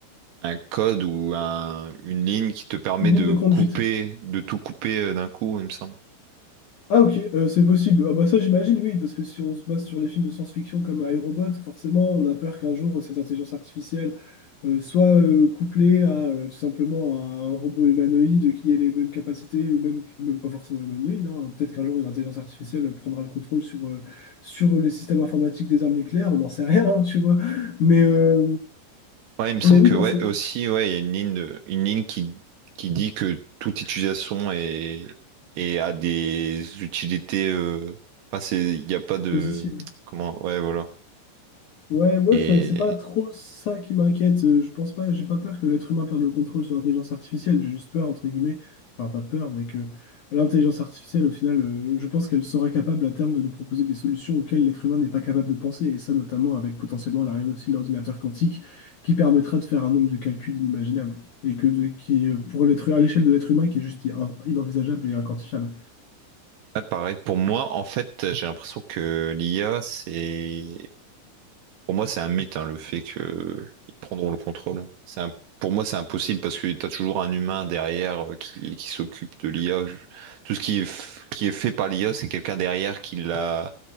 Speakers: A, on the right (about 70°); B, on the left (about 65°).
A: un code ou un... une ligne qui te permet
B: Une ligne
A: de
B: de conduite.
A: couper, de tout couper euh, d'un coup, il me semble.
B: Ah ok, euh, c'est possible. Ah bah ça j'imagine, oui, parce que si on se base sur les films de science-fiction comme iRobot, forcément, on a peur qu'un jour euh, cette intelligence artificielle euh, soit euh, couplée à euh, tout simplement à un robot humanoïde qui ait les mêmes capacités, ou même, même pas forcément humanoïde. hein. Peut-être qu'un jour une intelligence artificielle prendra le contrôle sur, euh, sur les systèmes informatiques des armes nucléaires, on n'en sait rien, hein, tu vois. Mais, euh,
A: Ouais, il me semble
B: mais oui,
A: que
B: dans
A: ouais,
B: c'est
A: aussi, ouais, il y a une ligne de... une ligne qui... qui dit que toute utilisation est, est à des utilités. euh, Enfin, c'est... il n'y a pas de.
B: positif.
A: Comment? Ouais, voilà.
B: Ouais, moi,
A: Et.
B: je- c'est pas trop ça qui m'inquiète. Euh, Je pense pas, j'ai pas peur que l'être humain perde le contrôle sur l'intelligence artificielle. J'ai juste peur, entre guillemets, enfin, pas peur, mais que l'intelligence artificielle, au final, euh, je pense qu'elle sera capable à terme de nous proposer des solutions auxquelles l'être humain n'est pas capable de penser. Et ça, notamment avec potentiellement l'arrivée aussi de l'ordinateur quantique, qui permettra de faire un nombre de calculs inimaginables. Et que de- qui, est, pour l'être, à l'échelle de l'être humain, qui est juste in- inenvisageable et inquantifiable.
A: Ouais, pareil, pour moi, en fait, j'ai l'impression que l'IA, c'est... Pour moi, c'est un mythe, hein, le fait qu'ils prendront le contrôle. C'est un- Pour moi, c'est impossible parce que tu as toujours un humain derrière euh, qui, qui s'occupe de l'IA. Je- Tout ce qui est, f- qui est fait par l'IA, c'est quelqu'un derrière qui l'a